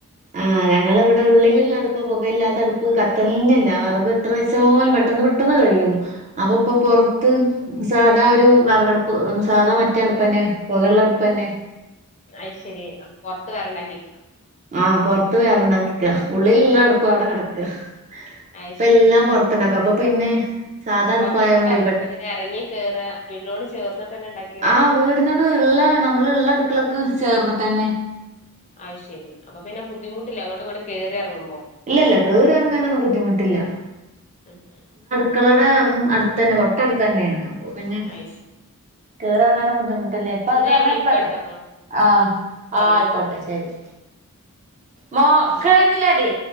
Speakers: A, on the right; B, on the left.
A: ആഹ് ഞങ്ങള് വടെ ഉള്ളില് ള്ള അട് ഇപ്പോ പൊകയില്ലാത്ത അടുപ്പ് കത്ത്ൺ ന്നില്ല വെറക് എത്ര വെച്ചാലും പെട്ടെന്ന് പെട്ടെന്ന് കഴിയുന്നു അപ്പോ ഇപ്പോ പൊറത്ത് സാധാ ഒരൂ വെറകടുപ്പ് സാധാ മറ്റേ അട്പ്പന്നെ പൊകള്ള അട്പ്പന്നെ
B: അയ് ശെരി പൊർത്ത് വേറെണ്ടാക്കി <unintelligible>
A: ആഹ് പൊർത്ത് വേറെണ്ടാക്കിക്കാ ഉള്ളിലിള്ള അട്പ്പ് അവടെ കെടക്കാ
B: അത്
A: ഇപ്പ
B: ശെരി
A: എല്ലാം പൊർത്ത്ണ്ടാക്കാ അപ്പോ പിന്നെ സാധാ
B: പൊറത്ത്ന്ന്
A: അട്പ്പായോണ്ടെ
B: പറഞ്ഞിട്ട്
A: പെ
B: എങ്ങനെ എറങ്ങി കേറാ വീട്ടോട് ചേർന്നിട്ട്ന്നെണ്ടാക്കി
A: ആഹ് വീടിനോട് ള്ളാ നമ്മള് ള്ള അട്ക്കളക്ക് ചേർന്നിട്ടന്നെ
B: അയ്ശെരി അപ്പ പിന്നെ ബുദ്ധിമുട്ടില്ല അങ്ങോട്ടും ഇങ്ങോട്ടും കേറി എറങ്ങുമ്പോ
A: ഇല്ല ല്ല കേറി എറങ്ങാനൊന്നും ബുദ്ധിമുട്ടില്ല
B: <unintelligible>
A: ക്കളെടെ അട്ത്തന്നെ തൊട്ടട്ത്തന്നെണ് അപ്പോ പിന്നെ
B: അത് ശെരി
A: കേറി എറങ്ങാന്നും ബുദ്ധിമുട്ടില്ലേ പ്പത്
B: എന്നാ
A: കാര്ണം
B: ഞാൻ വിളിക്കാട്ടോ
A: പെട്ടോ ആഹ് ആഹ്
B: വിളിക്കാം
A: ആയിക്കോട്ടെ ശെരി മോക്ക് <unintelligible> ഞ്ഞില്ല ഡീ